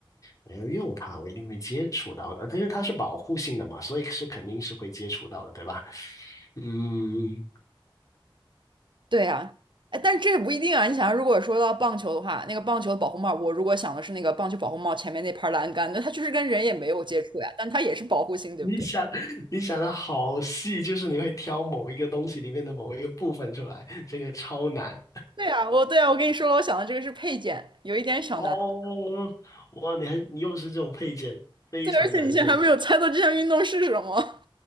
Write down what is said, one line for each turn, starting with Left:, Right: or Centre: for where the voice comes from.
Left: 没有用它，我一定会接触到的，呃它因为它是保护性的嘛，所以是肯定是会接触到的，对吧？嗯，
Right: 对呀，哎，但是这也不一定啊。你想，如果说到棒球的话，那个棒球的保护帽，我如果想的是那个棒球保护帽前面那盘栏杆，那它就实跟人也没有接触呀，但它也是保护性，对不对？
Left: 你想 <laughs> 你想的好细，就是你会挑某一个东西里面的某一个部分出来，这个超难
Right: 对呀，我对啊，我跟你说了，我想的这个是配件，有一点小难。
Left: 哦！哇，你还你又是这种配件，非常难度。
Right: 对，而且你现在还没有猜到这项运动是什么。